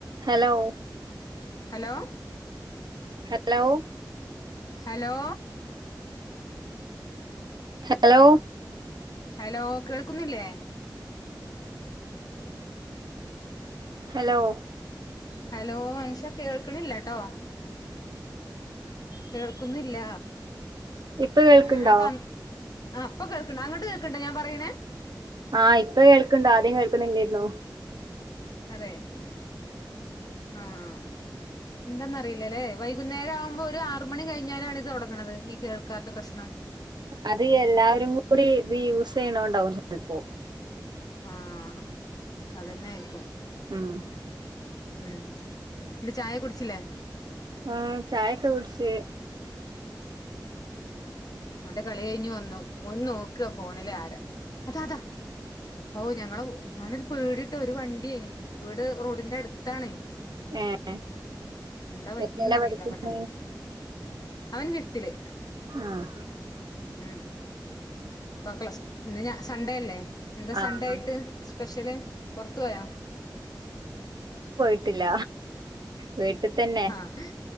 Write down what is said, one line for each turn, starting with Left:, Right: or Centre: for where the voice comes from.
Right: Hello
Left: hello
Right: hello
Left: hello
Right: hello
Left: hello കേൾക്കുന്നില്ലേ?
Right: Hello
Left: hello Ansha കേൾക്കണില്ലാട്ടോ കേൾക്കുന്നില്ല
Right: ഇപ്പൊ കേൾക്ക്ണ്ടോ
Left: നമക്ക് അന്ന് ആ ഇപ്പ കേൾക്കണ്ട് അങ്ങട്ട് കേക്ണ്ട് ഞാൻ പറയണേ
Right: ആഹ് ഇപ്പ കേൾക്കണ്ടോ ആദ്യം കേൾക്കുന്നില്ലുന്ന
Left: അതെ ആ ആഹ് എന്തെന്നറിയില്ലല്ലേ. വൈകുന്നേരാമ്പോ ഒരാറു മണികഴിഞ്ഞാലാണ് ഇത് തൊടങ്ങണത് ഈ കേൾക്കാത്ത പ്രശ്നം.
Right: അത് എല്ലാവരും കൂടി ഇത് യൂസ് ചെയ്യണോണ്ടാവും ചെൽപ്പോ.
Left: ആഹ് അതന്നെയാരിക്കും
Right: ഉം
Left: ഉം പിന്നെ ചായ കുടിച്ചില്ലേ?
Right: ആഹ് ചായെക്ക കുടിച്ച്.
Left: മോന്റെ കളി കഴിഞ്ഞു വന്നു. ഒന്ന് നോക്കുക ഫോണിലെ ആരാ? അതാ അതാ ഓ ഞങ്ങളു ഞാനൊരു പേടിട്ടോ ഒരു വണ്ട്യേ വീട് റോഡിന്റെടുത്താണോ.
Right: ഏഹ്
Left: എന്താ പറ്റ്യേന്നറില്ല
Right: എത്രേലാ പഠിക്കുന്നെ
Left: പെട്ടെന്ന് അവൻ ഫിഫ്തില്
Right: ആഹ്
Left: ഉം ഒ പ്ലസ്സ് ന്ന് ഞാ സണ്ടേല്ലേ? എന്താ
Right: ആഹ്
Left: സണ്ടായിട്ട്? സ്പെഷ്യല് പൊറത്തു പോയാ?
Right: ത്തില്ല വീട്ടി തന്നെ
Left: ആഹ്